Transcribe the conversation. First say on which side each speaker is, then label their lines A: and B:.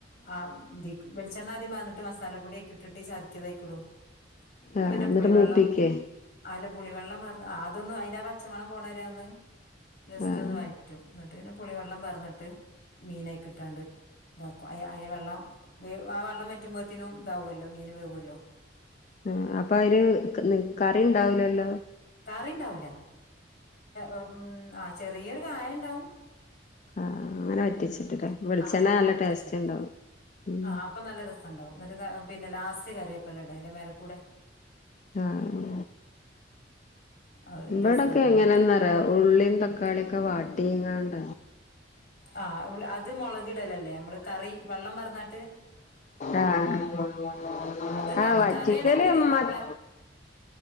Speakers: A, on the left; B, on the left.
A: ആ ഇതി ക്ക്‌ വെളിച്ചെണ്ണ ആദ്യം പറന്നിട്ട് മസാല പൊടി അയിക്ക് ഇട്ടിട്ട് ഈ ചാതകിയത് അയിക്ക് ഇടും ഇങ്ങട്
B: ആഹ്
A: പിന്നെ
B: ഇന്നട്ട്
A: പുളിവെള്ളം
B: മൂപ്പിക്കേ
A: ആ പുളി വള്ളം പറന്ന് അതൊന്ന് അതിന്റെ പച്ചമണം പോണ വരെ ഒന്ന് ജസ്റ്റ്
B: ആഹ്
A: ഒന്ന് വയറ്റും ഇങ്ങട് പിന്നെ പുളി വള്ളം പർന്നിട്ട് മീനയി കിട്ടാണ്ട് ഇതാക്കും അയ അതി വെള്ളം വ ആ വെള്ളം വറ്റുമ്പോത്ത്നും ഇതാവുമല്ലോ മീന് വേവോല്ലോ.
B: ആ അപ്പൊ അതില് കറി ഉണ്ടാവുലല്ലോ
A: കറി ഉണ്ടാവൂല ഉം ആ ചെറിയൊരു കായ ഉണ്ടാവും
B: ആഹ് അങ്ങനെ വറ്റിച്ചിട്ട്ല്ലേ
A: ഉം ഉം
B: വെളിച്ചെണ്ണ
A: ആ അങ്ങനെ
B: നല്ല
A: വറ്റിച്ച്
B: ടേസ്റ്റ്
A: വെക്കും
B: ഇണ്ടാവും ഉം
A: ആ അപ്പൊ നല്ല രസം ഉണ്ടാവും എന്നിട്ട പിന്നെ ലാസ്റ്റ് കരയേപ്പലടാ അതിന്റെ മേലക്കൂടെ.
B: ആഹ്
A: അത്
B: ഇബടൊക്കെ
A: രസാറിണേക്കാം
B: എങ്ങനെന്നറിയോ ഉള്ളിം
A: ഉം
B: തക്കാളിഒക്കെ വാട്ടിങ്ങാണ്ട
A: ആ അത് മുളക്ടലല്ലേ മ്മള് കറി വെള്ളം വാർന്നട്ട്
B: ആഹ് ആഹ്
A: അത്ണ്ടാക്കും
B: ആ വറ്റിക്കല്
A: കറിയാണെങ്കില്
B: മതി
A: നമ്മളെ